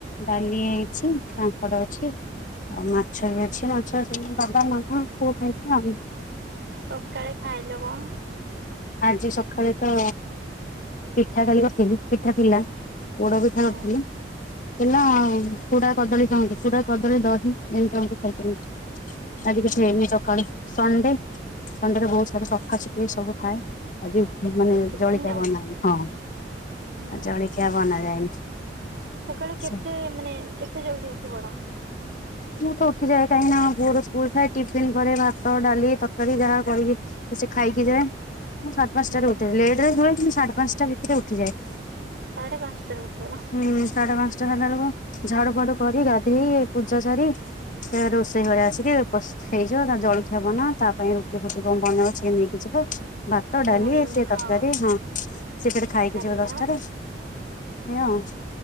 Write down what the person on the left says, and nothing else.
ଡାଲି ହେଇଛି କାଙ୍କଡ ଅଛି। ଆଉ ମାଛ ବି ଅଛି, ମାଛ ବାବା ମାମା ପୁଅ ଖାଇବେ ଆଉ।
ଆଜି ସକାଳେ ତ ପିଠା କାଲି କରଥିଲି ପିଠା ଥିଲା। ପୋଡ଼ ପିଠା
କରଥିଲି। ଥିଲା ଆଉ ଚୁଡା କଦଳୀ କହନ୍ତି କୁଡା କଦଳୀ ଦହି ଯେମିତି ଏମିତି ସବୁ ଖାଇଛନ୍ତି। ଆଜି କିଛି
ହେଇନି ସକାଳେ ସଣ୍ଡେ ସଣ୍ଡେ ରେ ବହୁତ ସାରା ସଫାସୁଫି ସବୁ ଥାଏ। ଆଜି ମାନେ
ଜଳଖିଆ
ବନାହେଇନି। ହଁ
ଆ ଜଳଖିଆ ବନାଯାଏନି।
ସେ
ମୁଁ ତ ଉଠିଯାଏ କାହିଁକି ନା ପୁଅର ସ୍କୁଲ ଥାଏ ଟିଫନ୍ କରେ। ଭାତ ଡାଲି ତରକାରୀ ଯାହା କରିକି ସେ ଖାଇକି ଯାଏ। ମୁଁ ସାଢେ ପାଞ୍ଚଟା
ରେ ଉଠେ। ଲେଟ ରେ ଶୁଏ କିନ୍ତୁ ସାଢେ ପାଞ୍ଚଟା ଭିତରେ ଉଠିଯାଏ।
ହୁଁ ସାଢେ ପାଞ୍ଚଟା ହେଲା ବେଳକୁ ଝାଡୁ ଫାଡୁ କରିକି ଗାଧେଇ ପୂଜା ସାରି ତପରେ ରୋଷେଇ କରେ ଆସିକି ପ ହେଇଯିବ ତା ଜଳଖିଆ ବନାଅ ତା ପାଇଁ ରୁଟି ଫୁଟି କଣ ବନେଇବ ସିଏ ନେଇକିଯିବ। ଭାତ
ଡାଲି ଏତେ
ତରକାରୀ ହଁ ସେ ଫେରେ ଖାଇକି
ଯିବ ଦଶଟାରେ।
ଏଇଆ ଆଉ।